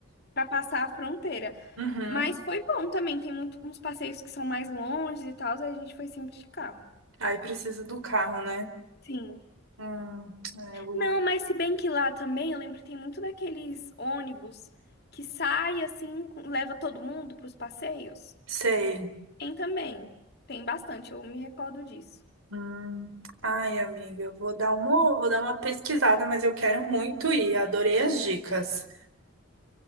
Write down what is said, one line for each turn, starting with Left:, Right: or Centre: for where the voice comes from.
Left: Para passar a fronteira.
Right: Uhum.
Left: Mas foi bom também, tem muito, uns passeios que são mais longe e tal, aí a gente foi sempre de carro.
Right: Aí precisa do carro, né?
Left: Sim.
Right: Hum, é, eu
Left: Não, mas se bem que lá também, eu lembro que tem muito daqueles ônibus que sai assim, com- leva todo mundo para os passeios.
Right: Sei.
Left: Tem também. Tem bastante, eu me recordo disso.
Right: Hum. Ai, amiga, eu vou dar uma, vou dar uma pesquisada, mas eu quero muito ir. Adorei as dicas.